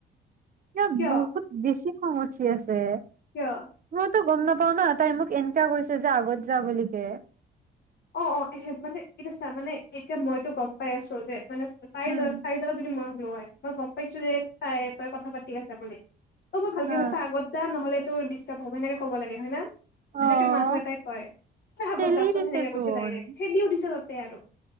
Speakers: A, on the right; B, on the left.
A: এতিয়া
B: কিয়
A: বহুত বেছি খং উঠি আছে
B: কিয়
A: তো গম নাপাওঁ ন তাই মোক এনকা কৈছে যে আগত যা বুলি কে
B: অ অ হে মানে এতিয়া চা মানে এতিয়া মইতো গম পাই আছোঁ যে মানে তাইৰ
A: উম,
B: দৰে তাইৰ দৰে যদি মই হ মই গম পাইছো যে তাই তই কথা পাতি আছ বুলি ত মই ভালকে
A: হা
B: কথাা আগত যা নহলে ডিষ্টাৰ্ব হ'ব সেকে ক'ব লাগে হয় নে
A: অ',
B: সেনেকে মানুহ এটাই কয় তই আগত
A: ঠেলি
B: যাচোন
A: দিছে
B: সেনেকে
A: চোন
B: ছে ডাইৰেক খেলি তে আৰু